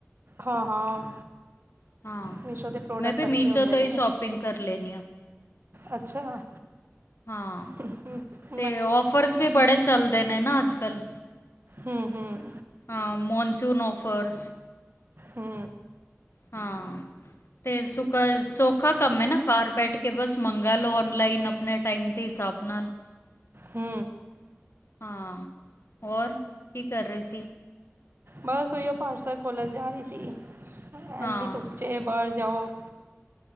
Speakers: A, on the right; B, on the left.
A: ਹਾਂ, ਹਾਂ।
B: ਹਾਂ,
A: ਮੀਸ਼ੋ ਦੇ ਪ੍ਰੋਡਕਟ
B: ਮੈਂ ਵੀ
A: ਅੱਛੇ
B: ਮੀਸ਼ੋ
A: ਹੁੰਦੇ
B: ਤੋਂ
A: ਨੇ
B: ਈ ਸ਼ੋਪਿੰਗ ਕਰ ਲੈਨੀ ਆ।
A: ਅੱਛਾ ਅ
B: ਹਾਂ।
A: ਹਮ
B: ਤੇ ਔਫਰਸ ਵੀ ਬੜੇ ਚੱਲਦੇ ਨੇ ਨਾ ਅੱਜ-ਕੱਲ੍ਹ।
A: ਹੂੰ ਹੂੰ।
B: ਹਾਂ ਮੌੋਨਸੂਨ ਔਫਰਸ।
A: ਹੂੰ।
B: ਹਾਂ। ਤੇ ਸੁਖਾ, ਸੌਖਾ ਕੰਮ ਏ ਨਾ, ਘਰ ਬੈਠ ਕੇ ਬਸ ਮੰਗਾ ਲਓ, ਔਨਲਾਈਨ ਆਪਣੇ ਟਾਈਮ ਦੇ ਹਿਸਾਬ ਨਾਲ।
A: ਹੂੰ।
B: ਹਾਂ, ਹੋਰ ਕੀ ਕਰ ਰਹੇ ਸੀ?
A: ਬਸ ਉਹੀਓ ਪਾਰਸਲ ਖੋਲਣ ਜਾ ਰਹੀ ਸੀ, ਐਨੀ
B: ਹਾਂ
A: ਧੁੱਪ ਚੇ ਬਾਹਰ ਜਾਊ।